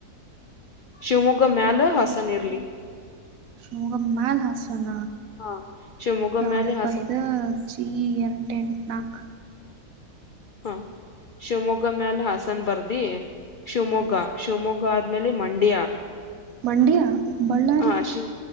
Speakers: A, on the left; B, on the right.
A: ಶಿವಮೊಗ್ಗ ಮ್ಯಾಲ
B: ಅಕ
A: ಹಾಸನ್ ಇರ್ಲಿ
B: ಶಗ ಮಲ್ ಹಾಸಣ
A: ಹಾ ಶಿವಮೊಗ್ಗ
B: ಯಾವ್ದಪ್ಪ
A: ಮ್ಯಾಲೆ ಹಾಸನ್
B: ಇದ ಜಿ ಎರಡು ಟೆ ನಾಗ
A: ಹ ಶಿವಮೊಗ್ಗ ಮ್ಯಾಲ ಹಾಸನ್ ಬರ್ದಿ ಶಿವಮೊಗ್ಗ
B: ಹ್ಮ್
A: ಶಿವಮೊಗ್ಗ ಆದ್ಮೇಲೆ ಮಂಡ್ಯ
B: ಮಂಡ್ಯ ಬಳ್ಳಾರಿ
A: ಹಾ ಶ